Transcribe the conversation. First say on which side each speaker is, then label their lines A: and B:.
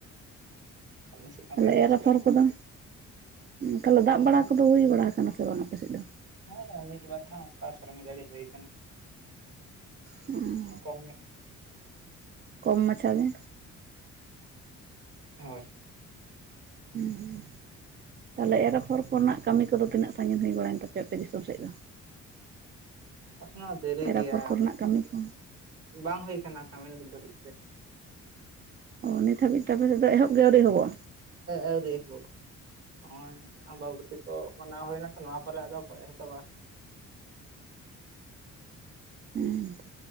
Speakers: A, on the right (about 50°); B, on the right (about 35°).
A: ᱟᱹᱞᱤᱧ ᱥᱮᱫ ᱢᱟ
B: ᱛᱟᱦᱚᱞᱮ
A: ᱛᱮᱦᱮᱧ
B: ᱮᱨ
A: ᱫᱚ ᱥᱮᱛᱟᱜ
B: ᱟᱯᱷᱚᱨ
A: ᱠᱷᱚᱱ
B: ᱠᱚᱫᱚ
A: ᱜᱮ
B: ᱛᱟᱦᱚᱞᱮ ᱫᱟᱜ ᱵᱟᱲᱟ
A: ᱦᱮᱸ
B: ᱠᱚᱫᱚ ᱦᱩᱭ ᱵᱟᱲᱟ ᱠᱟᱱᱟ ᱥᱮ ᱵᱟᱝ ᱟᱯᱮᱥᱮᱫ ᱫᱚ
A: ᱦᱮᱸ ᱢᱤᱫ ᱵᱟᱨ ᱫᱷᱟᱣ ᱚᱱᱠᱟ ᱥᱮᱨᱢᱟ ᱡᱟᱹᱲᱤ ᱦᱩᱭ ᱟᱠᱟᱱᱟ
B: ᱦᱩᱸ
A: ᱠᱚᱢ
B: ᱠᱚᱢ ᱢᱟᱪᱷᱟ ᱜᱮ
A: ᱦᱳᱭ
B: ᱦᱮᱸ ᱛᱟᱦᱞᱮ ᱮᱨᱼᱟᱯᱷᱚᱨ ᱠᱚᱨᱮᱱᱟᱜ ᱠᱟᱹᱢᱤ ᱠᱚᱫᱚ ᱛᱤᱱᱟᱹᱜ ᱥᱟᱺᱜᱤᱧ ᱦᱩᱭ ᱵᱟᱲᱟᱭᱮᱱ ᱛᱟᱯᱮᱭᱟ ᱟᱯᱮ ᱫᱤᱥᱚᱢ ᱥᱮᱫ ᱫᱚ
A: ᱮᱠᱷᱚᱱᱚ ᱫᱮᱨᱤ
B: ᱮᱨ
A: ᱜᱮᱭᱟ
B: ᱟᱯᱷᱚᱨ ᱠᱚᱨᱮᱱᱟᱜ ᱠᱟᱹᱢᱤ ᱠᱚ
A: ᱵᱟᱝ ᱦᱩᱭ ᱟᱠᱟᱱᱟ ᱠᱟᱹᱢᱤ ᱱᱤᱛ ᱫᱷᱟᱹᱵᱤᱡ ᱛᱮ
B: ᱚ ᱱᱤᱛ ᱦᱟᱹᱵᱤᱡ ᱛᱮ ᱟᱯᱮ ᱥᱮᱫ ᱫᱚ ᱮᱦᱚᱵ ᱜᱮ ᱟᱹᱣᱨᱤ ᱮᱦᱚᱵᱚᱜᱼᱟ
A: ᱟᱹᱣᱨᱤ ᱮᱦᱚᱵᱚᱜᱼᱟ ᱱᱚᱜᱼᱚᱭ ᱟᱢᱵᱟᱵᱚᱛᱤ ᱠᱚ ᱢᱟᱱᱟᱣ ᱦᱩᱭᱱᱟ ᱛᱚ ᱱᱚᱣᱟ ᱟᱫᱚ ᱠᱚ ᱮᱛᱚᱦᱚᱵᱟ
B: ᱦᱮᱸ ᱛᱚ